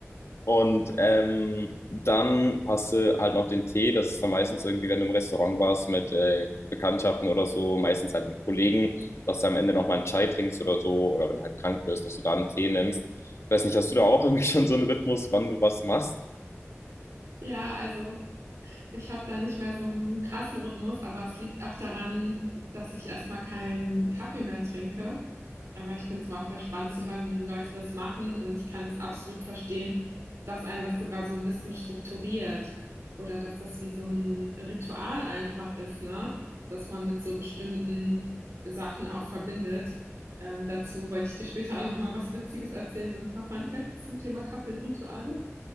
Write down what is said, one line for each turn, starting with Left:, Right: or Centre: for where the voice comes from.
Left: Und ähm, dann hast du halt noch den Tee. Das ist dann meistens irgendwie, wenn du im Restaurant warst mit äh, Bekanntschaften oder so, meistens halt mit Kollegen, dass du am Ende nochmal einen Chai trinkst oder so. Oder wenn du halt krank bist, dass du da einen Tee nimmst. Ich weiß nicht, hast du da auch irgendwie schon so einen Rhythmus, wann du was machst?
Right: Ja, also ich habe da nicht mehr so einen krassen Rhythmus, aber es liegt auch daran, dass ich erstmal keinen Kaffee mehr trinke. Aber ich finde es mal voll spannend zu hören, wie die Leute das machen und ich kann es absolut verstehen, dass einen das sogar so ein bisschen strukturiert oder dass das wie so ein Ritual einfach ist, ne, dass man mit so bestimmten Sachen auch verbindet. Ähm, dazu wollte ich dir später auch noch mal was Witziges erzählen, so ein paar Fun Facts zum Thema Kaffee und Rituale.